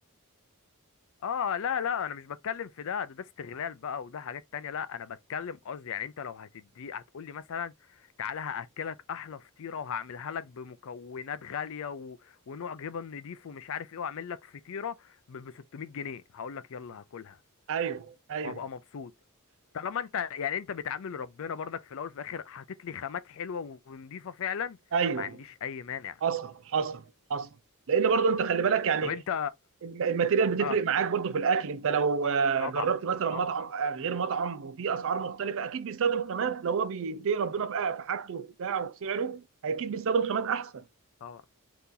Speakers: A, on the left (about 65°); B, on the right (about 60°).
A: اه لا لا انا مش بتكلم في ده ده, ده استغلال بقى وده حاجات تانية لا انا بتكلم قصدي يعني انت لو هتدي هتقول لي مثلا تعالى هاكلك احلى فطيره وهعملها لك بمكونات غاليه و... ونوع جبن نضيف ومش عارف ايه واعمل لك فطيره ب ب 600 جنيه هقول لك يلا هاكلها
B: ايوه ايوه
A: وهبقى مبسوط طالما انت يعني انت بتعامل ربنا برضك في الاول وفي الاخر حاطط لي خامات حلوه ونضيفه فعلا
B: ايوه
A: ما عنديش اي مانع
B: حصل حصل حصل لان برضو انت خلي بالك يعني
A: طب انت
B: الم- الماتيريال بتفرق
A: اه
B: معاك برضو في الاكل انت لو آه،
A: طبعا
B: جربت مثلا
A: طبعا
B: مطعم آه، غير مطعم وفي اسعار مختلفه اكيد بيستخدم خامات لو هو بيتقي ربنا في آه، في حاجته وبتاع وبسعره اكيد بيستخدم خامات احسن
A: طبعا